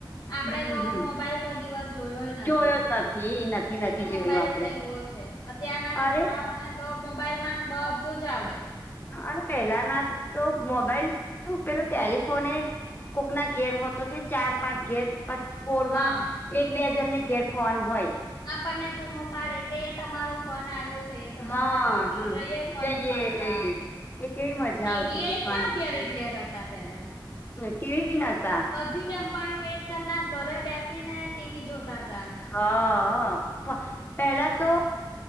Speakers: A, on the left; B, on the left.
A: આપડે
B: હમ
A: તો
B: હમ
A: મોબાઈલ કોઈ દિવસ જોયોયએ
B: જોયો
A: નથી
B: જ નથી નથી નથી
A: કે
B: જોયો
A: મોબાઈલ
B: આપડે
A: કેવો છે. અત્યારના છોકરાઓને
B: અરે
A: તો મોબાઈલમાં બધું જ આવડે
B: હા અને પેલા ના તો મોબાઈલ શું પેલું ટેલિફોને કોકના ઘેર હો હતો તો ચાર પાંચ ઘેર પોળમાં
A: હા
B: એક બે જને ઘેર ફોન હોય
A: આપણને બુમો પાડે કે તમારો ફોન આવ્યો છે, તો
B: હા
A: દોડતા દોડતા
B: હા
A: જઈએ ફોન
B: જઈએ
A: ઉપાડવા
B: જઈએ એ કેવી મજા
A: ટીવી
B: આવતી હતી
A: એ
B: પણ
A: ક્યાં ઘેરે ઘેર હતા પેલા
B: ટીવી બી નતા
A: બધી બેનપણીઓ એક જનના ઘરે બેસીને ટીવી જોતા હતા
B: હા પેલા તો